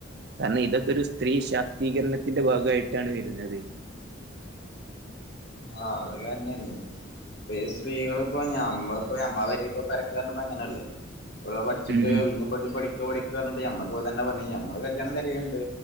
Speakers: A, on the right (about 55°); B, on the left (about 55°).
A: കാരണം ഇതൊക്കെ ഒരു സ്ത്രീ ശാക്തീകരണത്തിന്റെ ഭാഗായിട്ടാണ് വെര്ന്നത്
B: ആഹ് അതൊക്കെ തന്നേണ് ഇപ്പ ഈ സ്ത്രീകളിപ്പോ ഞമ്മള് പ്പൊ ഞമ്മളെ പെരീ പ്പൊ പെരക്കര്നുംപ്പ അങ്ങനല്ലേ ഒരഹ് പഠിച്ചിട്ട്
A: ഉം ഉം
B: പിന്നിം പറ്റി പഠി ക്കാ പഠിക്കാർഞ്ഞിട്ട് ഞമ്മക്കിപ്പോതന്നെ പണി ഞമ്മള് കല്യാണം തെരീണ് ണ്ട്